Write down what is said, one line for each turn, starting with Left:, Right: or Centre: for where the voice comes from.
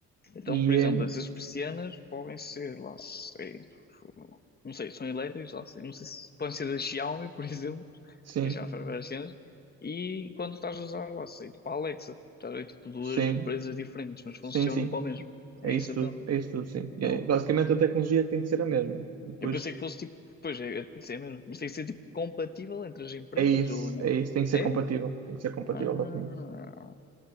Left: Então,
Right: E
Left: por exemplo,
Right: hum,
Left: essas persianas podem ser, lá sei, tu- não sei, são elétricas, lá sei, não sei se podem ser da Xiaomi, <laughs> por exemplo,
Right: sim,
Left: e já faz várias cenas, e quando estás a usar, lá sei, tipo a Alexa, estás a ver, tipo duas
Right: sim,
Left: empresas diferentes, mas funcionam
Right: sim, sim.
Left: para o mesmo.
Right: É
Left: É
Right: isso
Left: isso
Right: tudo,
Left: então.
Right: é isso tudo, sim. E
Left: Ah,
Right: é
Left: ok.
Right: basicamente a tecnologia tem que ser a mesma. Depois
Left: Eu pensei que fosse tipo, pois é, eu pensei mesmo, mas tem que ser tipo compatível entre as empresas
Right: é isso,
Left: ou não?
Right: é isso, tem que ser
Left: É?
Right: compatível, tem que ser compatível,
Left: Ah,
Right: exatamente.